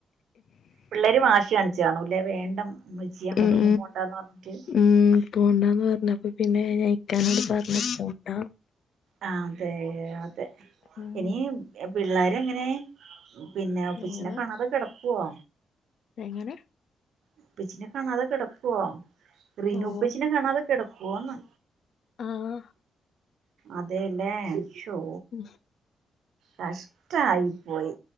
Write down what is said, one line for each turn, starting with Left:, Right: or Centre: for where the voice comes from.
Right: പിള്ളേരും വാശി കാണിച്ചു കാണൂല്ലേ? വേണ്ട ഉമ്മച്ചി അങ്ങോട്ടൊന്നും
Left: ഉം
Right: പോണ്ടാന്ന് പറഞ്ഞിട്ട്
Left: ഉം പോണ്ടന്ന് പറഞ്ഞപ്പ പിന്നെ ഞിക്കാനോട് പറ പി പോോണ്ട.
Right: ആ അതെ അതെ
Left: ഉം
Right: ഇനി പിള്ളോര എങ്ങനെ? പിന്നെ ഉപ്പിച്ചിിനെ
Left: അങ്ങനെ
Right: കാണാതെ കിടക്കുവോ?
Left: എങ്ങനെ?
Right: ഉപ്പിച്ചിനെ കാണാതെ കിടക്കുവോ? റീന
Left: ഓ
Right: ഉപ്പിച്ചിനെ കാണാതെ കിടക്കുവോന്ന്.
Left: ആഹ്!
Right: അതെല്ലേോ
Left: ഉം,
Right: കഷ്ടായി പോയി